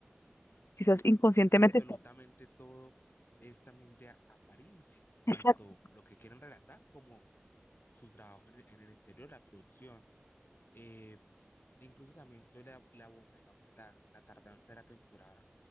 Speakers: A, on the left; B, on the left.
A: quizás inconscientemente
B: Es que absolutamente
A: está.
B: todo es también de a- apariencias, tanto
A: Exacto.
B: lo que quieren relatar como su trabajo en, el en el interior, la producción. Eh, Incluso también yo le, le abono, digamos, la, la tardanza de la temporada